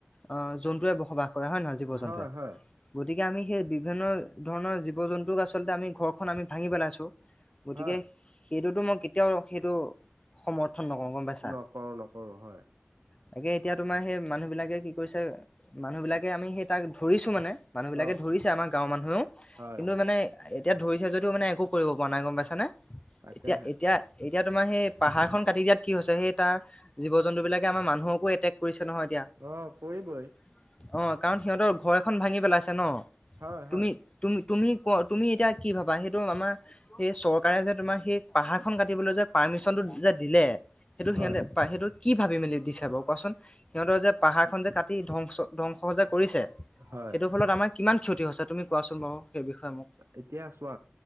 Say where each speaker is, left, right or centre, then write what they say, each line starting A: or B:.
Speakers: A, on the left; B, on the right.
A: অহ জন্তুৱে বসবাস কৰে। কৰা হয় নে নহয় জীৱ
B: হয়
A: জন্তুৱে
B: হয়
A: গতিকে আমি সেই বিভিন্ন ধৰণৰ জীৱ জন্তুক আচলতে আমি ঘ এইখন আমি ভাঙি পেলাইছোঁ গতিকে
B: হয়
A: সেইটোতো মই কেতিয়াও সেইটো সমৰ্থন নকৰো গম পাইছা
B: নকৰো নকৰো হয়
A: তাকে এতিয়া তোমাৰ সেই মানুহ <unintelligible> বিলাকে কি কৰিছে মানুহ বিলাকে আমি সেই তাক ধৰিছো মানে মানুহ বিলাকে
B: অ
A: ধৰিছে আমাৰ গাঁৱৰ মানুহেও
B: হয়
A: কিন্তু
B: হয়
A: মানে এতিয়া ধৰি এতিয়া যদিও মানে একো কৰিব পৰা নাই গম পাইছা নে
B: তাকেহে
A: এতিয়া-এতিয়া-এতিয়া তোমাৰ সেই পাহাৰখন কাটি দিয়াত কি হৈছে সেই তাৰ জীৱ জন্তু বিলাকে আমাৰ মানুহকো এটেক কৰিছে নহয় এতিয়া।
B: অ কৰিব।
A: অ কাৰণ সিহঁতৰ ঘৰ এখন ভাঙি পেলাইছে। ন
B: হয়
A: তুমি
B: হয়।
A: তুমি তুমি ক তুমি এতিয়া কি ভাবা সেইটো আমাৰ সেই চৰকাৰে যে তোমাৰ সেই পাহাৰখন কাটিবলৈ যে পাৰ্মিশনটো যে দিলে। সেইটো সিহঁতে
B: হয়
A: সেইটো কি ভাবি মেলি দিছে বাৰু কোৱাচোন সিহঁতৰ যে পাহাৰ খন যে কাটি ধ্বংস ধ। অংসহজে কৰিছে সেইটো
B: হয়
A: ফলত আমাৰ কিমান ক্ষতি হৈছে তুমি কোৱাচোন বাৰু সেই বিষয়ে মোক।
B: এতিয়া চোৱা